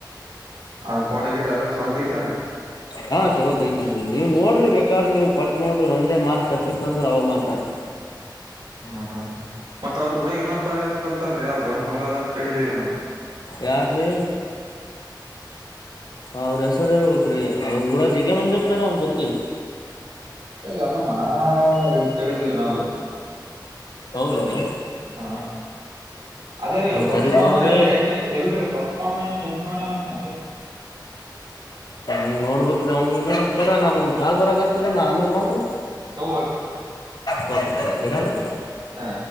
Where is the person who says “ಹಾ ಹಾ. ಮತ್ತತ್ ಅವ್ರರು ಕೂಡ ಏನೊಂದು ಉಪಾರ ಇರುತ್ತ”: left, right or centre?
Right